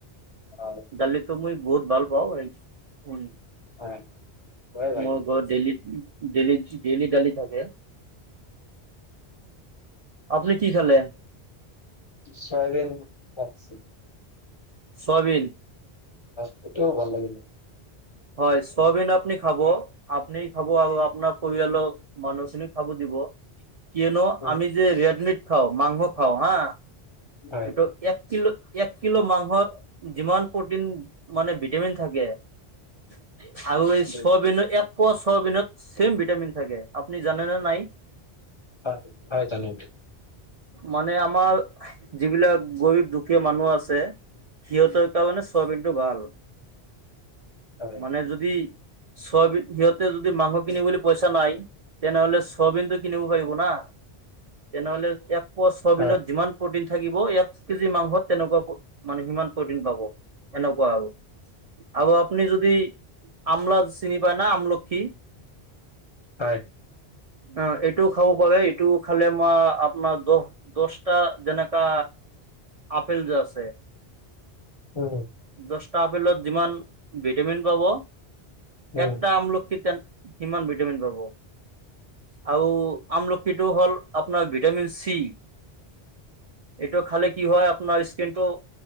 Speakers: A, on the left; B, on the right.
A: অ'
B: দালিতো মই বহুত ভাল পাওঁ। উম।
A: হয় মইয়ো ভাল
B: মোৰ
A: পাওঁ
B: ঘৰত ডেইলি ডেইলি ডেইলি ডেইলি থাকে। আপুনি কি খালে?
A: Soybean <unintelligible>
B: soybean?
A: সইটোও ভাল লাগিলে।
B: হয় চয়াবিন আপুনি খাব আপুনি খাব আৰু আপোনাৰ পৰিয়ালৰ মানুহখিনিক খাব দিব। কিয়নো
A: উম,
B: আমি যে ৰেডমিট খাওঁ মাংস খাওঁ হা
A: হয়
B: এইটো এক কিলো এক কিলো মাংসত যিমান প্ৰটিন মানে ভিটামিন থাকে <inaudible> আৰু এই
A: হয়
B: ছয়বিনত এক পোৱা ছয়বিনত ছেম ভিটামিন থাকে, আপুনি জানেনে নাই?
A: হয় হয় জানো।
B: মানে আমাৰ যিবিলাক গৰীব দুখীয়া মানুহ আছে সিহঁতৰ কাৰণে চয়াবিনটো ভাল।
A: হয়
B: মানে যদি চয়াবি সিহঁতে যদি মাংস কিনিবলৈ পইচা নাই তেনেহ'লে চয়াবিনতটো কিনিব পাৰিব না, তেনেহ'লে এক পোৱা চয়াবিনত
A: হয়
B: যিমান প্ৰটিন থাকিব এক কেজি মাংসত তেনেকুৱা মানে সিমান প্ৰটিন পাব, এনেকুৱা আৰু। আৰু আপনি য যদি আমলা চিনি পায় ন' আমলক্ষী
A: হয়
B: অ', এইটোও খাব পাৰে এইটোও খালে মমাৰ আপোনাৰ দহ দশটা যেনেকা আপেল যে আছে
A: উম
B: দশটা আপেলত যিমান ডেমিন পাব
A: উম
B: একটা আমলখিত সিমান ভিটামিন পাব, আৰু আমলখি এইটো হ'ল আপোনাৰ ভিটামিন চি। এইটো খালে কি হয় আপোনাৰ স্কিনটো